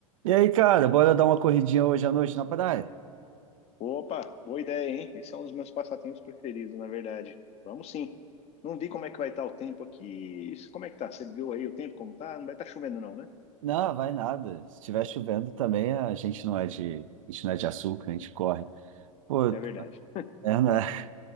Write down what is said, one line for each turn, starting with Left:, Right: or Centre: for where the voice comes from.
Right: E aí, cara, bora dar uma corridinha hoje à noite na praia?
Left: Opa, boa ideia, hein? Esse é um dos meus passatempos preferidos, na verdade. Vamos sim. Não vi como é que vai estar o tempo aqui. Como é que tá? Você viu aí o tempo como tá? Não vai estar chovendo não, né?
Right: Não, vai nada. Se estiver chovendo também, a gente não é de, a gente não é de açúcar, a gente corre. Pô,
Left: É verdade.
Right: é, né? <laughs>